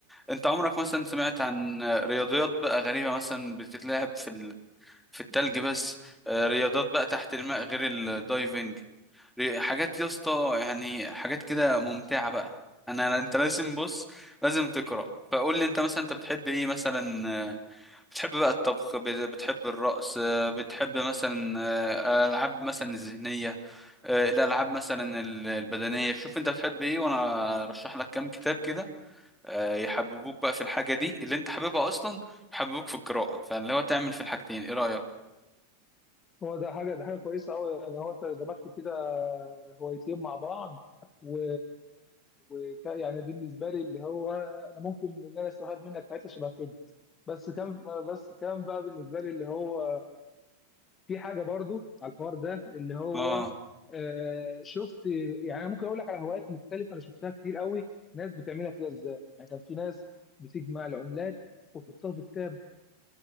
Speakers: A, in the centre; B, on the left.
A: انت عمرك مثلا سمعت عن رياضيات بقى غريبه مثلا بتتلعب في ال... في التلج بس آه، رياضات بقى تحت الماء غير الدايفنج ري- حاجات يا اسطى يعني حاجات كده ممتعه بقى انا انت لازم بص لازم تقرا فقول لي انت مثلا انت بتحب ايه مثلا بتحب بقى الطبخ بت- بتحب الرقص آه، بتحب مثلا آه، العاب مثلا الذهنيه آه، الالعاب مثلا ال- البدنيه شوف انت بتحب ايه وانا ارشح لك كام كتاب كده آه، يحببوك بقى في الحاجه دي اللي انت حاببها اصلا يحببوك في القراءه فاللي هو تعمل في الحاجتين ايه رايك
B: هو ده حاجة ده حاجة كويسة أوي يعني هو أنت دمجت كده هوايتين مع بعض و وك يعني بالنسبة لي اللي هو أنا ممكن إن أنا أستفاد منك في حتة شبه كده بس كان بس كان بقى بالنسبة لي اللي هو في حاجه برضو على الحوار ده اللي هو
A: اه
B: آه شفت يعني انا ممكن اقول لك على هوايات مختلفه انا شفتها كتير قوي ناس بتعملها كده ازاي يعني كان في ناس بتجمع العملات وتحطها في كتاب